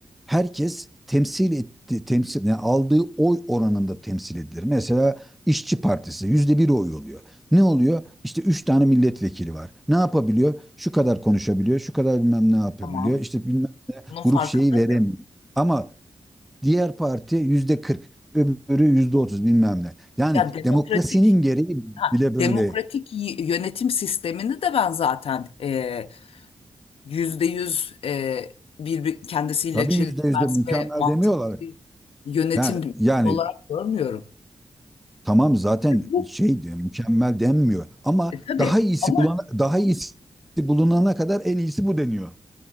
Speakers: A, in the centre; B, on the left (about 75°).
A: herkes temsil etti temsil yani aldığı oy oranında temsil edilir. Mesela İşçi Partisi yüzde bir oy oluyor. Ne oluyor? İşte üç tane milletvekili var. Ne yapabiliyor? Şu kadar konuşabiliyor, şu kadar bilmem ne yapabiliyor.
B: Tamam,
A: İşte bilmem
B: bunun farkındayım.
A: grup şeyi veremiyor. Ama diğer parti yüzde kırk, öbürü yüzde otuz bilmem ne. Yani
B: Ya demokratik
A: demokrasinin gereği
B: ha,
A: bile böyle.
B: demokratik y- yönetim sistemini de ben zaten e, yüzde yüz e, bir, bir- kendisiyle
A: Tabii
B: çelişmez
A: yüzde yüzde mükemmel
B: ve mantıklı
A: demiyorlar
B: bir yönetim
A: Ya, yani
B: olarak görmüyorum.
A: tamam zaten
B: Bu
A: şey diyor, mükemmel denmiyor ama
B: e, tabii
A: daha iyisi
B: ama
A: bulana, daha iyisi bulunana kadar en iyisi bu deniyor.